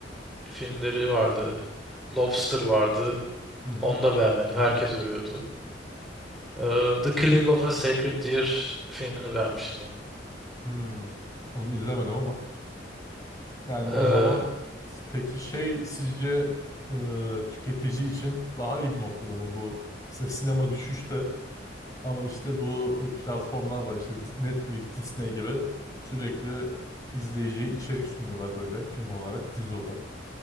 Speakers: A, in the centre; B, on the left.
A: filmleri vardı. Lobster vardı.
B: Hı hı.
A: Onu da beğenmedim. Herkes övüyordu. Ee, The Killing of a Sacred Deer filmini beğenmiştim ama.
B: Hmm. Onu izlemedim ama. Yani
A: Ee,
B: o zaman peki şey sizce e, tüketici için daha iyi bir noktada mı bu? Mesela sinema düşüşte ama işte bu e, platformlar var işte Netflix, Disney gibi sürekli izleyiciye içerik sunuyorlar böyle film olarak, dizi olarak.